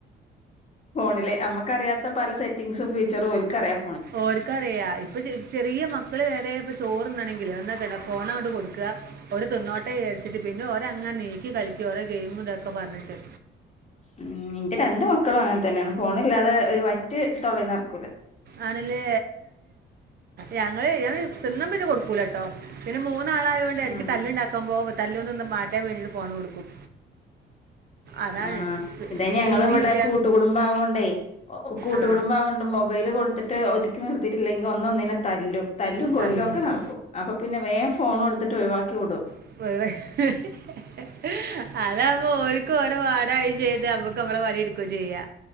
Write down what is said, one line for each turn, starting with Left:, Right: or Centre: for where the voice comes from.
Left: ഫോണിലെ നമ്മക്കറിയാത്ത പല സെറ്റിംഗ്സും ഫീച്ചറും ഓല്ക്കറിയാം
Right: ഓര്ക്കറിയാ ഇപ്പ ചെറിയ മക്കള് വരെ ഇപ്പ ചോറ് <unintelligible> <unintelligible> <unintelligible> ഫോണ് <unintelligible> കൊടുക്ക്‌ക ഒരു തിന്നോട്ടെ വിചാരിച്ചിട്ട് പിന്നും ഓര് <unintelligible> <unintelligible> കളിക്കും ഓരോ ഗെയിമും ഇതക്ക പറഞ്ഞിട്ട്
Left: ഉം ഇന്റെ രണ്ട് മക്കളും അങ്ങനെ തന്നെയാണ് ഫോണില്ലാതെ ഒരു വറ്റ് തൊളേന്ന് <unintelligible>
Right: ആണല്ലേ ഞങ്ങള് തിന്നമ്പഴ് കൊടുക്കൂലട്ടോ പിന്ന മൂ <unintelligible> ആളായോണ്ട് എടക്ക്
Left: ആഹ്
Right: തല്ലുണ്ടാക്കമ്പോ തല്ല്ലൊന്ന് മാറ്റാൻ വേണ്ടിട്ട് ഫോൺ കൊടുക്കും അതാണ്
Left: ആഹ് ഇതേന്ന്യ ഞങ്ങള്
Right: ടി
Left: ഇവടെ
Right: വിയും ഇല്ല
Left: കൂട്ട് കുടുംബ ആവോണ്ടേ കൂട്ടുകടുംബ
Right: ആ
Left: ആവോണ്ട് മൊബൈല് കൊടുത്തിട്ട് ഒതുക്കി നിർത്തിയിട്ടില്ലെങ്കി ഒന്ന് ഒന്നിനെ തല്ലും തല്ലും കൊല്ലും
Right: തല്ലു
Left: ഒക്ക നടക്കും അപ്പൊ പിന്നെ വേം ഫോണ് കൊടുത്തിട്ട് ഒഴിവാക്കി വിടും
Right: <unintelligible> അതാ അപ്പൊ, ഓരിക്ക്, ഓരോ, വാടായി, ചെയ്ത്, നമ്മക്ക് നമ്മള, പണി, എടുക്കൂം, ചെയ്യാ